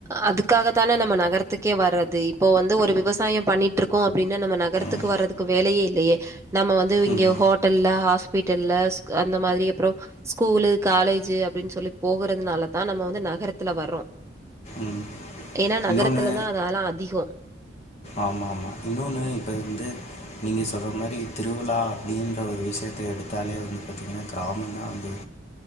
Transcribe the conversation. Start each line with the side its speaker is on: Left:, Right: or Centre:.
Right: அதுக்காகதானே நம்ம நகரத்துக்கே வர்றது இப்போ வந்து ஒரு விவசாய பண்ணிட்ருக்கோ அப்டின்னா நம்ம நகரத்துக்கு
Left: ம்
Right: வர்றதுக்கு வேலயே இல்லயே நம்ம வந்து
Left: ம்
Right: இங்க ஹோட்டல்ல ஹாஸ் பிட்டல்ல அந்த மாரி அப்றொ ஸ்கூலு காலேஜு அப்டின் சொல்லி போகுறதுனாலத்தா நம்ம வந்து நகரத்துல வரோ
Left: ம்
Right: ஏனா நகரத்துலதா
Left: இன்னொன்று
Right: அது ஆனா அதிகொ
Left: ஆமாம் ஆமாம் இன்னொன்று இப்போ வந்து நீங்கள் சொல்ற மாரி திருவிழா அப்டின்ற ஒரு விஷயத எடுதாலே வந்து பாதீங்கனா கிராமதாந்து